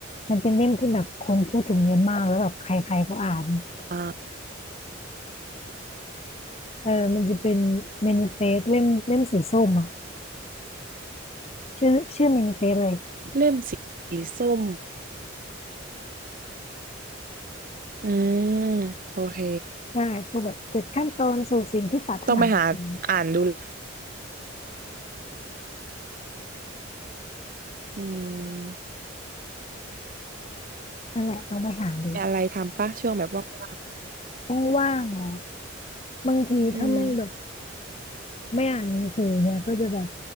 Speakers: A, on the left; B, on the right.
A: มันเป็นเล่มที่แบบคนพูดถึงเยอะมากแล้วแบบใครๆก็อ่านเนี่ย
B: อ่า
A: เออมันจะเป็นเมนิเฟสเล่มเล่มสีส้มอะชื่อชื่อเมนิเฟสเลย
B: เล่มสีส้มอืมโอเค
A: ใช่พวกแบบเจุดขั้นตอนสู่สิ่งที่ปรารถนาอะไรอย่างเงี้ย
B: ต้องไปหาอ่านดูละอืม
A: นั่นแหละต้องไปหาดู
B: มีอะไรทำปะช่วงแบบว่าง
A: ต้องว่างเหรอบางทีถ้าไม่แบบ
B: ๆอืม
A: ไม่อ่านหนังสือเนี่ยก็จะแบบ